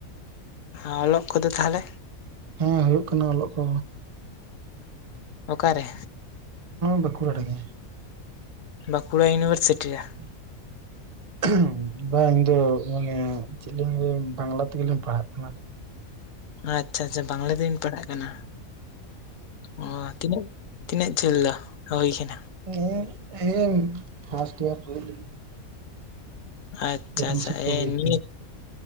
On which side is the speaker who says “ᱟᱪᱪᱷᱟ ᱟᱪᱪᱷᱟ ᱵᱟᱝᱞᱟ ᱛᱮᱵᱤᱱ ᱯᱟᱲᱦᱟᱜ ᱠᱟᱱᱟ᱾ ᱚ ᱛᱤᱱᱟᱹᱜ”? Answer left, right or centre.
Left